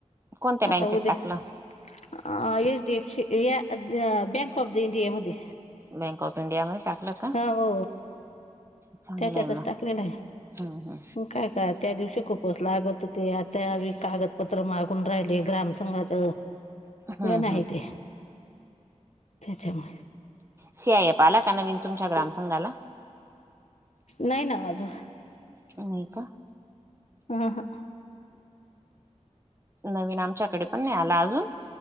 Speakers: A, on the right; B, on the left.
A: कोणत्या बँकेत
B: आता उद्या
A: टाकलं
B: अँ.. एच डी एफ सी या बँक ऑफ द इंडिया मध्ये
A: बँक ऑफ इंडिया मध्ये टाकलं का
B: हा हो..
A: चांगलंय
B: त्याच्यातच
A: मग
B: टाकलेलं आहे..
A: हम्म
B: म काय हा त्या दिवशी खूपच लागत होती, आता कागत पत्र मागून राहिले ग्रामसंघाच..
A: हम्म
B: गण आहे
A: हम्म
B: ते. त्याच्यामुळे
A: सीआय एफ आला का नवीन तुमच्या ग्रामसंंघाला?
B: नाही ना आजू
A: नाई का.
B: ह ह
A: नवीन आमच्याकडे पण नाही आला अजून..